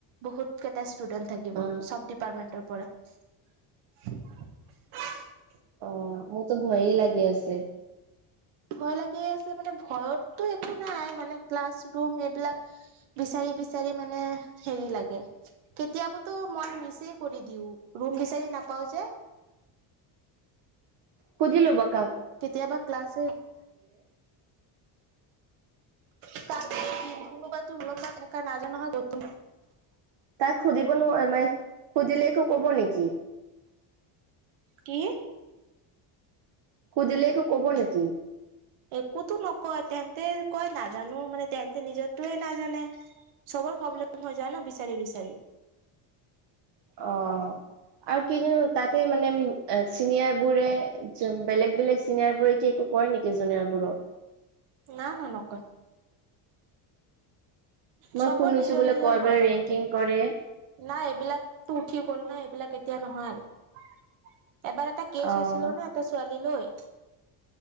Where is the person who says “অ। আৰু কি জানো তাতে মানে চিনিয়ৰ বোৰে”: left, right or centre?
Right